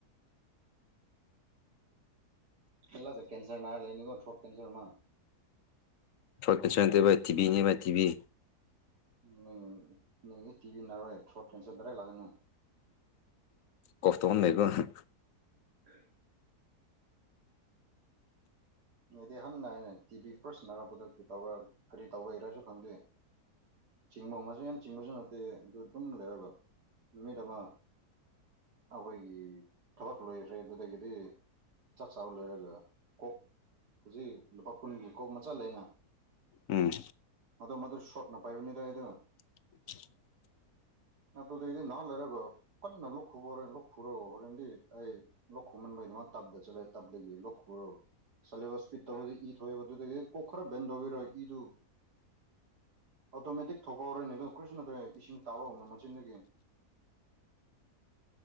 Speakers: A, on the right; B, on the left.
A: <unintelligible> ꯀꯦꯟꯁꯔ ꯅꯥꯔꯒ ꯂꯩꯅꯦꯀꯣ ꯊ꯭ꯔꯣꯠ ꯀꯦꯟꯁꯔ ꯑꯃ
B: ꯊ꯭ꯔꯣꯠ ꯀꯦꯟꯁꯔ ꯅꯠꯇꯦ ꯚꯥꯏ ꯇꯤꯚꯤꯅꯦ ꯚꯥꯏ ꯇꯤꯚꯤ
A: <unintelligible> ꯇꯤꯚꯤ ꯅꯥꯔ‌ꯣꯏ ꯊ꯭ꯔꯣꯠ ꯀꯦꯟꯁꯔ ꯗꯥꯏꯔ‌ꯦꯛ <unintelligible>
B: ꯀ‌ꯣꯞ ꯇꯧ ꯂꯩꯕꯔ‌ꯣ
A: <unintelligible> ꯅ‌ꯣꯏꯗꯤ ꯍꯟꯅ ꯅꯥꯏꯅ‌ꯦ ꯇꯤ ꯚꯤ ꯐꯔꯁ ꯅꯥꯔꯛꯄꯗ ꯀꯩꯗꯧꯕ꯭ꯔꯥ ꯀꯔꯤ ꯇꯧꯕꯩꯔꯁꯨ ꯈꯪꯗꯦ ꯆꯤꯡꯕ ꯑꯃꯁꯨ ꯌꯥꯝ ꯆꯤꯡꯕꯁꯨ ꯅꯠꯇꯦ ꯑꯗꯨ ꯑꯗꯨꯝ ꯂꯩꯔꯒ ꯅꯨꯃꯤꯠ ꯑꯃ ꯑꯩꯈꯣꯏꯒꯤ ꯊꯕꯛ ꯂꯣꯏꯈ꯭ꯔꯦ ꯑꯗꯨꯗꯒꯤꯗꯤ ꯆꯥꯛ ꯆꯥꯕ ꯂꯣꯏꯔꯒ ꯀꯣꯛ ꯍꯧꯖꯤꯛ ꯂꯨꯄꯥ ꯀꯨꯟꯒꯤ ꯀꯣꯛ ꯃꯆꯥ ꯂꯩꯅ
B: ꯎꯝ
A: ꯃꯥꯗꯣ ꯃꯥꯗꯣ ꯁꯣꯠꯅ ꯄꯥꯏꯕꯅꯤꯗ ꯑꯩ ꯗꯣ
B: <unintelligible>
A: ꯑꯗꯨꯗꯩꯗꯤ ꯉꯥꯛ ꯂꯩꯔꯒ ꯀꯟꯅ ꯂꯣꯛ ꯈꯨꯕ ꯍꯧꯔꯦ ꯂꯣꯛ ꯈꯨꯔꯥꯒ ꯍꯣꯔꯦꯟꯗꯤ ꯑꯩ ꯂꯣꯛ ꯈꯨꯃꯟꯕꯥꯒꯤ ꯗꯃꯛ ꯇꯞꯗ ꯆꯠꯂꯦ ꯇꯞꯗꯥꯒꯤ ꯂꯣꯛ ꯈꯨꯔꯥꯒ ꯁꯦꯂ‌ꯦꯕꯁ ꯄꯤ ꯇ ꯏꯊ‌ꯣꯛꯑꯦꯕ ꯗꯨꯗꯒꯤꯀꯣ ꯈꯔ ꯕ‌ꯦꯟ ꯇꯧꯕꯤꯔ ꯏꯗꯨ ꯑꯣꯇꯣꯃꯦꯇꯤꯛ ꯊꯧꯕꯥꯥ ꯍꯧꯔꯅꯤ ꯑꯗꯨ ꯀ꯭ꯔꯤꯁꯨ ꯅꯠꯇ꯭ꯔꯦ ꯏꯁꯤꯡ ꯇꯥꯕ ꯍꯧꯅ ꯃꯆꯤꯟꯗꯒꯤ